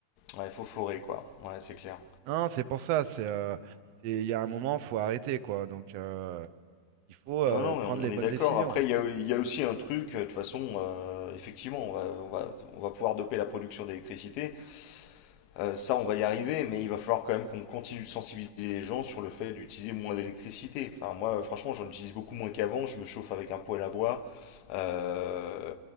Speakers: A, on the left; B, on the right.
A: Ouais, faut forer quoi. Ouais, c'est clair.
B: Non, c'est pour ça. C'est, euh, c'est- il y a un moment, faut arrêter quoi. Donc euh, il faut euh,
A: Non, non,
B: prendre
A: mais
B: les
A: on est
B: bonnes
A: d'accord.
B: décisions.
A: Après, il y a, il y a aussi un truc, euh, de toute façon, euh, effectivement, on va, on va, on va pouvoir doper la production d'électricité. Euh, ça, on va y arriver, mais il va falloir quand même qu'on continue de sensibiliser les gens sur le fait d'utiliser moins d'électricité. Enfin, moi, franchement, j'en utilise beaucoup moins qu'avant. Je me chauffe avec un poêle à bois. Euh,